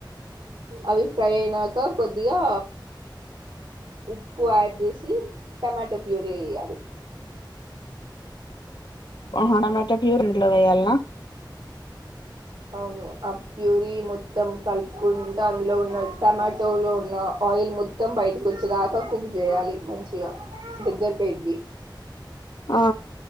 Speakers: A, on the right; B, on the left.
A: అవి ఫ్రై అయినాక కొద్దిగా ఉప్పు యాడ్ చేసి టమాటో ప్యూరీ వేయాలి
B: ఆ హ టమాటో ప్యూర్ అందులో వేయాల్నా
A: అవును ఆ ప్యూరీ మొత్తం కలుపుకుంటా అందులో ఉన్న టమాటో లో ఉన్న ఆయిల్ మొత్తం బయటకు వచ్చేదాకా కుక్ చేయాలి మంచిగా దగ్గరి కి అయిద్ది
B: ఆ